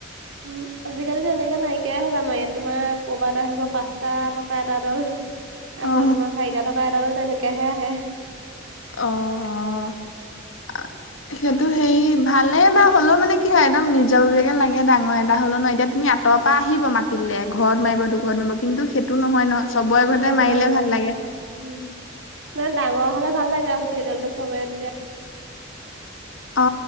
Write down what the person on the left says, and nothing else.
অ
অহ অহ আ। সেইটো হেৰি ভালে বা হ'লেও মানে কি হয় একদম নিজৰাবেগে লাগে ডাঙৰ এটা হ'লেও ন এতিয়া তুমি। তৰ পৰা আহিব মাতিলে ঘৰত মাৰিব দুখৰত মাৰিব কিন্তু সেইটো নহয় ন। চবৰে ঘৰতে
মাৰিলে ভাল
লাগে
অ।